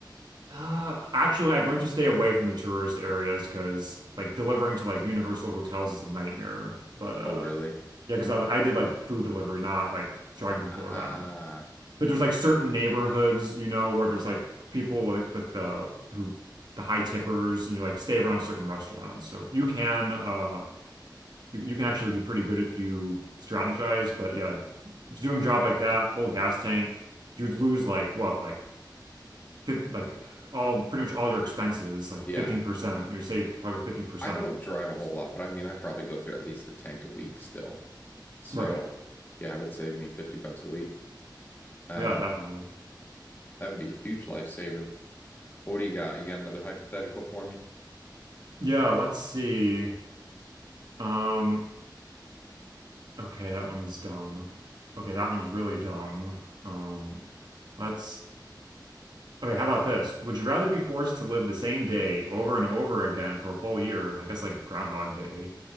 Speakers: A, on the right; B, on the left.
A: Uh, actually, I've learned to stay away from the tourist areas because like delivering to like Universal hotels is a nightmare. But uh,
B: Oh, really?
A: yeah, because I, I did like food delivery, not like driving people
B: Ah,
A: around. But there's like certain neighborhoods, you know, where there's like people like like the who the high tippers, and you like stay around certain restaurants. So you can uh you, you can actually do pretty good if you strategize. But yeah, doing a job like that, full gas tank, you'd lose like what like fif like all pretty much all your expenses, like
B: yeah.
A: 15%. You'd save probably 15%.
B: I don't drive a whole
A: So
B: lot, but I mean, I probably go through at least a tank a week still. So,
A: right,
B: yeah, it would save me 50 bucks a week. Um,
A: yeah, definitely.
B: that would be a huge lifesaver. What do you got? You got another hypothetical for me?
A: Yeah, let's see. Um. Okay, that one's dumb. Okay, that one's really dumb. Um, let's. Okay, how about this? Would you rather be forced to live the same day over and over again for a full year, I guess like Groundhog Day,